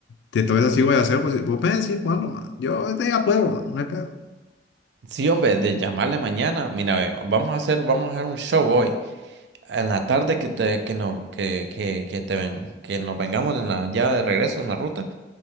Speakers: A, on the left (about 70°); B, on the right (about 70°).
A: De todo eso sí voy a hacer, pues vos puedes decir cuándo, man. Yo este ya puedo, no hay pedo.
B: Sí, hombre, de llamarle mañana. Mira, ve, vamos a hacer, vamos a hacer un show hoy. En la tarde que te, que no, que, que, que te ven, que nos vengamos en la, ya de regreso en la ruta.